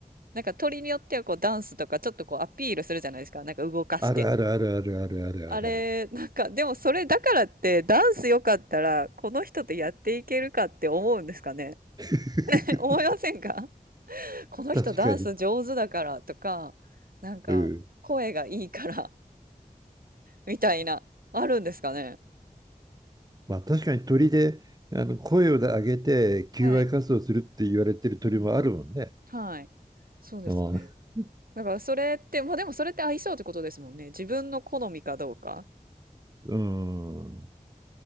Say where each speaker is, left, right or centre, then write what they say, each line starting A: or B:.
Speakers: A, on the right (about 75°); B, on the right (about 25°).
A: なんか鳥によってはこうダンスとかちょっとこうアピールするじゃないですか。なんか動かして。
B: あるあるあるあるあるあるあるある。
A: あれ、なんか、でもそれだからってダンス良かったらこの人とやっていけるかって思うんですかね
B: <laughs>
A: <laughs> 思いませんかこの人ダンス上手だからとか、
B: 確かに。
A: なんか声がいいから
B: うん。
A: みたいな、あるんですかね
B: まあ確かに鳥で、あの、声を上げて求愛活動するって言われてる鳥もあるもんね。
A: はい。うんうん。はい。そうですね。
B: ああ
A: だからそれって、まあでもそれって相性ってことですもんね。自分の好みかどうか。
B: うん。